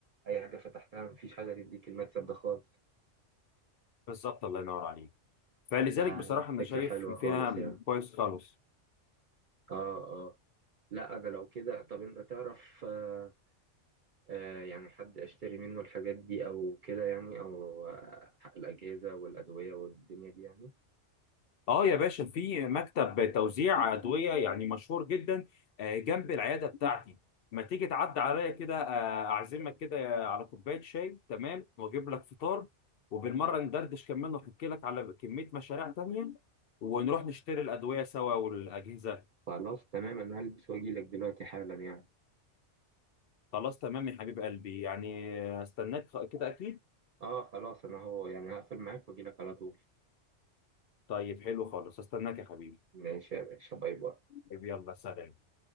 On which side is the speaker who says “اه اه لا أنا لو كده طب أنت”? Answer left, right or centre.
Right